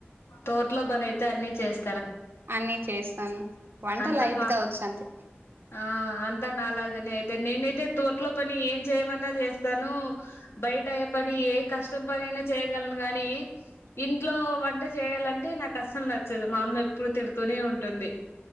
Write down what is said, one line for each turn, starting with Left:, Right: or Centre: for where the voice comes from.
Left: తోట్లో పని అయితే అన్ని చేస్
Right: అన్ని చేస్తాను వంట
Left: అంత
Right: లైట్
Left: మా
Right: గా వచ్చు అంతే
Left: ఆ అంత అలాగ అయితే నేనైతే తోట్లో పని ఏం చేయమన్నా చేస్తాను బయట యే పని కష్టం పనినా చేయగలను గానీ ఇంట్లో వంట చేయాలంటే నాకు కష్టం నచ్చదు మా అమ్మ ఎప్పుడు తిడుతూనే ఉంటుంది